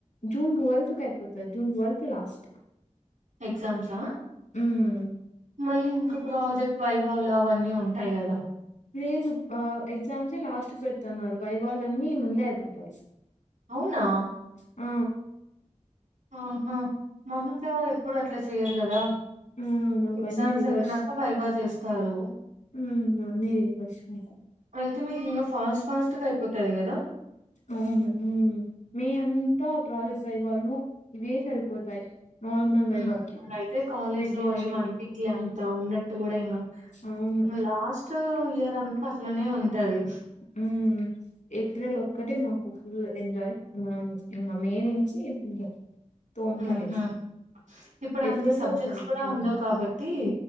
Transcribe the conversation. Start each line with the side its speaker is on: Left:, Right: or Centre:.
Left: జూన్ ట్వెల్త్కియిపోతది జూన్ ట్వెల్త్ లాస్ట్
Right: ఎగ్జామ్స్ ఆ
Left: ఉమ్
Right: మళ్ళీ ఇంకా ప్రాజెక్ట్ వైవాలు అవన్నీ ఉంటాయి కదా
Left: లేదు ఆ ఎగ్జామ్స్ ఏ లాస్ట్ పెడుతున్నారు వైవాలన్నీ ముందే అయిపోతాయి
Right: అవునా
Left: ఆ
Right: ఆహా మామూలుగా ఎప్పుడు అట్లా చేయరు కదా
Left: ఉమ్ మాకు
Right: ఎగ్జామ్స్
Left: అన్ని రివర్స్
Right: అయిపోయినాక వైవా చేస్తారు
Left: ఉమ్ ఉన్నీలే <unintelligible>
Right: అయితే మీకు ఇంకా ఫాస్ట్ ఫాస్ట్ గా అయిపోతది కదా
Left: అవును ఉమ్ మే అంతా ప్రాజెక్ట్స్ వైవాలు ఇవే సరిపోతాయి నార్మల్
Right: ఉమ్
Left: వైవాకి
Right: మళ్ళా అయితే కాలేజ్
Left: రివ్యూస్
Right: లో ఏం
Left: కి
Right: అనిపీదులే అంత ఉన్నట్టు కూడా ఇంకా
Left: అవును
Right: ఇంగ లాస్ట్ ఇయర్ అంతా అట్లనే ఉంటది
Left: ఉమ్ ఏప్రిల్ ఒక్కటే మాకు ఫుల్ ఎంజాయ్ ఇంకా మే నుంచి ఏమి ఉండవు తోముతారు
Right: ఊహూ
Left: ఎసి
Right: ఇప్పుడు
Left: ఏప్రిల్
Right: అంత సబ్జెక్ట్స్
Left: లో ఒక రెజ్యూంది
Right: కూడా ఉండవు కాబట్టి